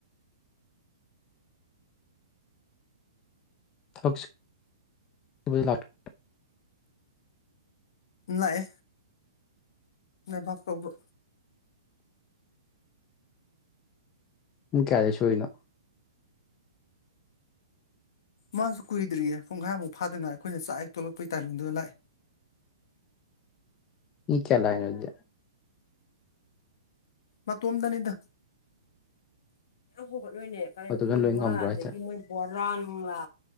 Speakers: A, on the left (about 20°); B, on the left (about 60°).
A: <unintelligible>
B: ꯂꯥꯑꯦ ꯂꯩꯕꯥꯛ ꯇꯧꯕ
A: ꯄꯨꯡ ꯀꯌꯥꯗꯩ ꯁꯨꯔꯤꯅꯣ
B: ꯃꯥꯁꯨ ꯀꯨꯏꯗ꯭ꯔꯤꯌꯦ ꯄꯨꯡꯘꯥꯏꯃꯨꯛ ꯐꯥꯗꯅ ꯉꯥꯏ ꯑꯈꯣꯏꯅ ꯆꯥꯛ ꯍꯦꯛ ꯇꯣꯛꯂꯛꯄꯩ ꯇꯥꯏꯃꯤꯡꯗꯨꯗ ꯂꯥꯛꯑꯦ
A: ꯃꯥ ꯀꯌꯥ ꯂꯥꯛꯏꯅꫭ ꯖꯦ
B: ꯃꯇꫭꯝꯗꯅꯤꯗ ꯈꯣꯠꯂꯣꯏꯅꯔꯀꯥꯟ
A: ꯃꯇꯣꯝꯇ
B: ꯎ
A: ꯂꯣꯏ
B: ꯋꯥ
A: ꯉꯝꯕ꯭ꯔꯣ
B: ꯑꯗꯒꯤ
A: ꯍꯥꯏꯁꯦ
B: ꯃꯨꯛ ꯕꯣꯔꯥꯅꯨꯡꯂꯥ